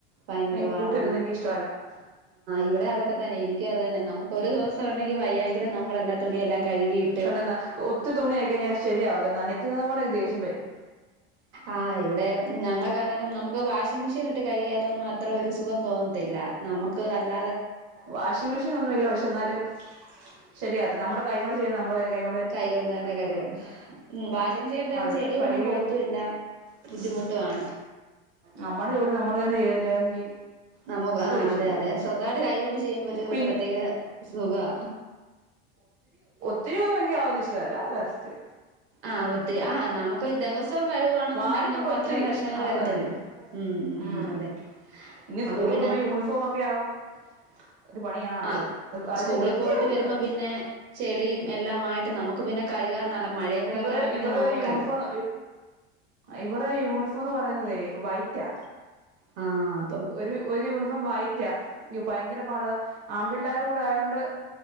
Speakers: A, on the right; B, on the right.
A: ഭയങ്കര
B: എനിക്ക്
A: പാടാ
B: കൂട്ടി വെക്കുന്നത് എനിക്ക് ഇഷ്ടമല്ല ആഹ്
A: ഇവിടെ അതൊക്കെ തന്നെ
B: ഇവിടെ
A: എനിക്കും
B: അതൊക്കെ
A: അത്
B: തന്നെ
A: നമുക്ക്
B: എനിക്ക
A: ഒരു
B: അത് തന്നെ
A: ദിവസം
B: നമുക്ക്
A: ഉണ്ടെങ്കിൽ
B: ഒരു ദിവസം
A: വയ്യെങ്കിലും
B: ആണെങ്കി
A: നമ്മളെല്ലാ
B: വയ്യെങ്കിലും
A: തുണിയെല്ലാം
B: നമ്മള എല്ലാംത്ത
A: കഴുകിയിട്ട്
B: ഒത്തിരി തുണിയായിയി കഴിഞ്ഞാൽ ശരിയാവാതില്ല നനക്കുന്നുന്നതോടെ എനിക്ക് ദേഷ്യം വരും
A: ആ് ഇവിടെ ഞങ്ങൾക്കാണേലും നമുക്ക് വാ വാഷിംഗ് മിഷിനിൽ കഴുകിയാലൊന്നും അത്ര ഒരു സുഖം തോന്നത്തില്ല നമുക്ക് അല്ല
B: വാഷിംഗ് മെഷീൻ ഒന്നും ഇല്ല പക്ഷെ എന്നാലും ശരിയാതില്ല നമ്മുടെ കൈ കൊണ്ട് ചെയ്യുന്നത് നമ്മൾ അന്നേ കയ്യ്
A: കൈകൊണ്ട് തന്റെ കാഴുകണം വാഷിംഗ് മെഷീൻ ഇട്ടാലും
B: അതെ
A: ചെളിയൊന്നും
B: കഴുകി
A: പോകത്തൂല്ല ബുദ്ധിമുട്ടുമാണ്
B: നമ്മുടെ ജോലി നമ്മള് തന്നെ ചെയ്തില്ലെങ്കിൽ
A: നമുക്ക് ആ
B: ദേഷ്യം
A: അതെ
B: വരും
A: അതെ സ്വന്തമായിട്ട് കൈകൊണ്ട് ചെയ്യുമ്പോ ഒരു
B: പിന്നെ
A: പ്രത്യേക സുഖവാ
B: ഒത്തിരിരുപത് മെങ്ക ആവുന്ന ഇഷ്ടമല്ല അത് അററ്റ്
A: ആ ഒത്തിരി ആ നമുക്ക് ദിവസവും കഴുകുവാണെന്നുണ്ടെങ്കിൽ
B: വാരിക്കൂട്ടും
A: നമുക്ക്
B: ഒത്തിരി
A: അത്രയും പ്രശ്നങ്ങൾ
B: ആ
A: വരത്തില്ലല്ലോ
B: അതിന്
A: ഉം ഉ
B: ഉം
A: അതെ
B: ഇനി സ്കൂളിൽ
A: അപ്പം പിന്നെ
B: പോുമ്പോ യൂണിഫോമഒക്കെ ആവും ഒരു പണിയാണത്
A: ആഹ്
B: അതിനെ
A: സ്കൂളിൽ
B: വൃത്തിയാക്കുന്നത്
A: പോയിട്ട് വരുമ്പോ പിന്നെ ചെളിയും എല്ലാ ആയിട്ട് നമുക്ക് പിന്നെ കഴുകാൻ മഴയും കൂടെ
B: ഇവര്
A: ഒക്കെയാണെ പിന്നെ
B: ഇവർ
A: നോക്കണ്ട
B: യൂണിഫോം ഇവറെ യൂണിഫോം എന്ന് പറയതേ വൈറ്റാ
A: ആ
B: ഒരു ഒരു യൂണിഫോം വൈറ്റാ ഭയങ്കര പാടാ ആൺപിള്ളേരുടെ കൂടെ ആയതോണ്ട്